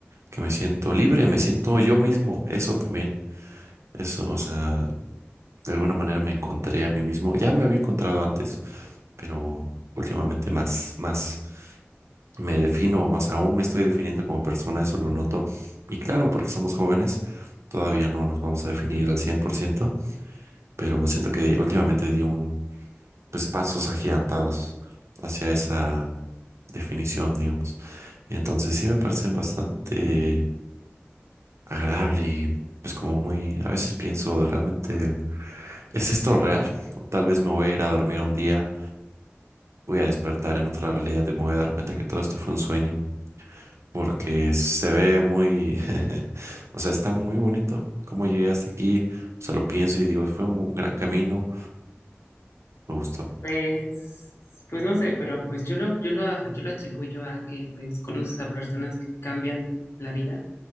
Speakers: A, on the right; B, on the left.
A: que me siento libre, me siento yo mismo, eso también, eso, o sea, de alguna manera me encontré a mí mismo, ya me había encontrado antes, pero últimamente más, más me defino, más aún me estoy definiendo como persona, eso lo noto, y claro, porque somos jóvenes, todavía no nos vamos a definir al cien por ciento pero siento que últimamente di un, pues, pasos agigantados hacia esa definición, digamos. Entonces sí me parecen bastante agradable y pues como muy, a veces pienso de realmente, ¿es esto real? O tal vez me voy a ir a dormir un día, voy a despertar en otra realidad y me voy a dar cuenta que todo esto fue un sueño, porque se ve muy, <laughs> o sea, está muy bonito cómo llegué hasta aquí, o sea, lo pienso y digo, fue un gran camino, me gustó.
B: Pues, pues no sé, pero pues yo lo, yo lo, yo lo atribuyo a que pues conoces a personas que te cambian la vida.